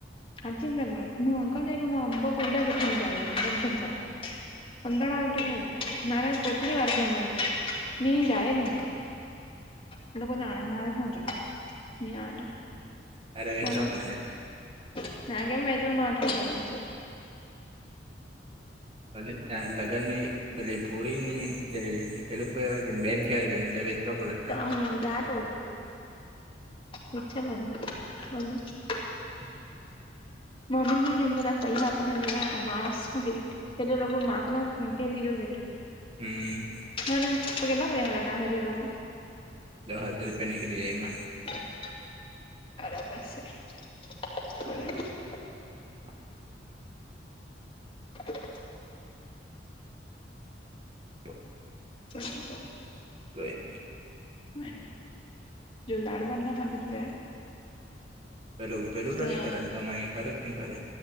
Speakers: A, on the left (about 30°); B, on the right (about 35°).
A: હા મું અંકલ જઈ મ અમ્ કઈ બે લ કેમ તો પંદડા આવઠું નારે કોટ વાર કેમય નિ જાય ન. એ લોકો જાણે મારે હું જો. મ આડા
B: તારે વેચવા
A: બોલને.
B: પડહે
A: <inaudible> ના કેમજ માઠકો જ છે.
B: ભલે ત લગ્ન ની પેલી ભોરી પેલુંવાય કે બેન કવાય કે એટલે. પડે તારે
A: હું જાતો ઈચ્છા બની બો.
B: હ.
A: મોબીન પૈસા બીને લ માણસ કે લોકોર માત ન કેમી જ જે
B: હમ.
A: હને પગેલા બે હ લ ડા હેજ એ લોકો
B: દ હજાર રૂપિયા નીકલી જ એમાં
A: બરાબર છે બો
B: <unintelligible>
A: <unintelligible>
B: હ.
A: પરંતુ
B: કોઈ નહી
A: હા જો દાડ ભાત ન ખાઘો તે
B: પેલું પેલું તો
A: ને
B: નહી કરે તમા કરે કે નહી કરે